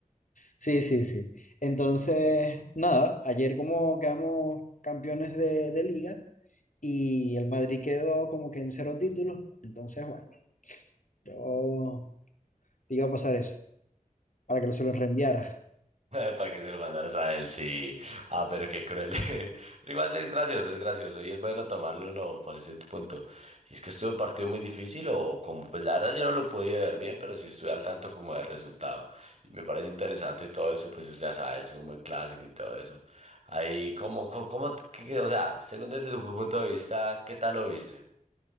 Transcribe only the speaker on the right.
<laughs> Para que se lo mandaras a él, sí. Ah, pero qué cruel. <laughs> Pero igual es gracioso, es gracioso. Y es bueno tomarlo no, por ese punto. Y es que estuvo un partido muy difícil o como, pues la verdad yo no lo pude ver bien, pero sí estuve al tanto como del resultado. Y me parece interesante todo eso, pues ya sabes, un buen clásico y todo eso. Ahí, como, como, como- qué- o sea, según desde tu punto de vista, ¿qué tal lo viste?